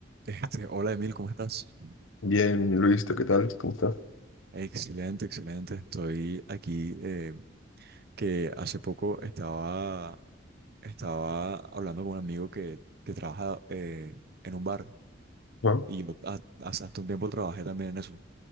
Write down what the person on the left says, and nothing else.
Bien, Luis, ¿tú qué tal? ¿Cómo estás?
Ah,